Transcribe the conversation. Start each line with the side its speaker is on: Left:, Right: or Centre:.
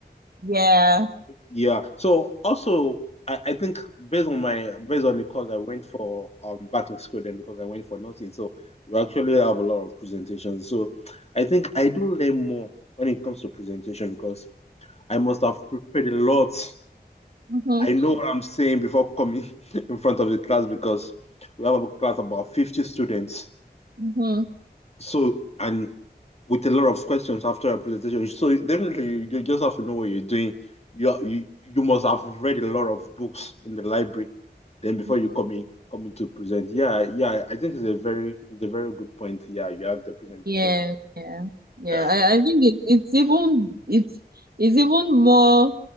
Right: Yeah.
Left: Yeah. So also, I, I think based on my based on the course I went for um back in school then because I went for nursing. So we actually have a lot of presentations. So I think I do learn more when it comes to presentation because I must have prepared a lot.
Right: Mm-hmm.
Left: I know what I'm saying before coming <laughs> in front of the class because we have a class about 50 students
Right: Mm-hmm.
Left: so and with a lot of questions after a presentation. So definitely you just have to know what you're doing. You you you must have read a lot of books in the library then before
Right: hmm
Left: you come in come in to present. Yeah, yeah, I think it's a very it's a very good point. Yeah, you have the presentations.
Right: Yeah. Yeah. Yeah.
Left: Yeah.
Right: I, I think it, it's even it's it's even more